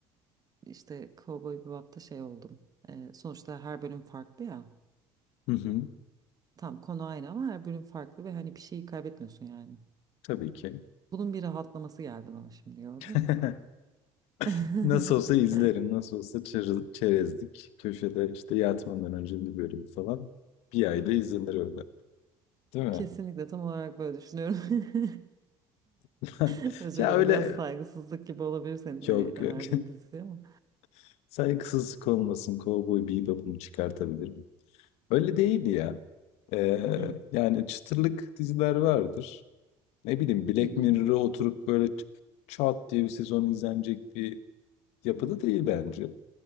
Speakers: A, on the right; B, on the left.
A: e, işte Cowboy Bebop'ta şey oldum. E, sonuçta her bölüm farklı ya.
B: Hı hı.
A: Tam konu aynı ama her bölüm farklı ve hani bir şeyi kaybetmiyorsun yani.
B: Tabii ki.
A: Bunun bir rahatlaması geldi bana şimdi gördün
B: <laughs>
A: mü? <laughs>
B: Nasıl olsa izlerim. Nasıl olsa çer- çerezlik. Köşede işte yatmadan önce bir bölüm falan. Bir ayda izlenir öyle. Değil mi?
A: Kesinlikle tam olarak böyle düşünüyorum. <laughs>
B: <laughs>
A: <laughs> Özür
B: Ya
A: dilerim
B: öyle
A: biraz saygısızlık gibi olabilir senin
B: yok
A: hani önerdiğin
B: yok.
A: dizi ama.
B: <laughs> Saygısızlık olmasın. Cowboy Bebop'umu çıkartabilirim. Öyle değil ya. Ee,
A: Hı.
B: yani çıtırlık diziler vardır. ne bileyim Black
A: Hı hı.
B: Mirror'a oturup böyle ç- çat diye bir sezon izlenecek bir yapıda değil bence.